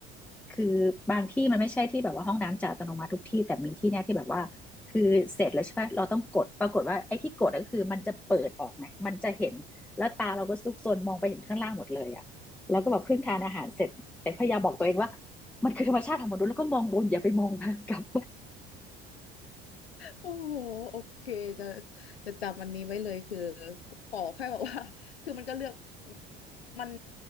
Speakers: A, in the centre; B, on the left (about 80°).
A: คือบางที่มันไม่ใช่ที่แบบว่าห้องน้ำจะอัตโนมัติทุกที่แต่มีที่เนี้ยที่แบบว่าคือเสร็จแล้วใช่ไหมเราต้องกดปรากฏว่าไอ้ที่กดก็คือมันจะเปิดออกไงมันจะเห็นแล้วตาเราก็ซุกซนมองไปเห็นข้างล่างหมดเลยอะแล้วก็แบบเพิ่งทานอาหารเสร็จแต่พยายามบอกตัวเองว่า มันคือธรรมชาติของมนุษย์แล้วก็มองบนอย่าไปมองนะกลับ
B: โอ้โหโอเคจะจะจำอันนี้ไว้เลยคือขอแค่แบบว่า <laughs> คือมันก็เลือกมัน